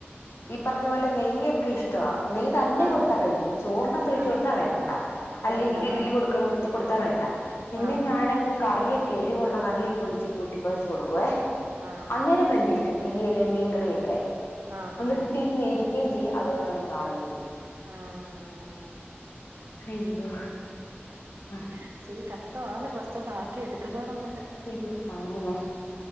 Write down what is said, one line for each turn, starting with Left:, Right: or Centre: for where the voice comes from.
Left: ഈ പറഞ്ഞ പോലെ നെയ്യൊക്കെ ഇഷ്ട്ടവാ നെയ് തന്നെ
Right: ആഹ്
Left: കൊടുത്താ കഴിക്കും ചോറിന്റാത്ത് ഒഴിച്ചു
Right: ആഹ്
Left: കൊടുത്താ വേണ്ടാ അല്ലെങ്കി
Right: വേണ്ട
Left: ഇഡ്ലി
Right: ആഹ്
Left: കൊടുക്കണോടത് ത്തി കൊടുത്താ വേണ്ടാ പിന്നെ
Right: ആഹ്
Left: ഞാനങ്ങ് കറിയൊക്കെ എരിവൊള്ള കറിയൊക്കെ ഒഴിച്ച് കൂട്ടി കൊഴച്ച് കൊടുക്കുവേ
Right: ആഹ്
Left: അന്നേരം വല്യ ഇഷ്ട്ടാ തീയല് മീൻകറിയൊക്കെ
Right: ആഹ്
Left: അന്നിട്ട്
Right: ആഹ്
Left: ഇരുന്നു എരിക്കേം ചെയ്യും അതേ പോലെ കെടന്ന് കാറുകേം ചെയ്യും
Right: ആഹ് ആഹ് ആഹ്
Left: അയ്യോ ആ
Right: ഇച്ചിരി കഷ്ട്ടവാണ് കൊറച്ച് ഒന്ന് ആക്കി എടുക്കുന്നോടം വരെ
Left: ഇയ്യോ ആണോന്നോ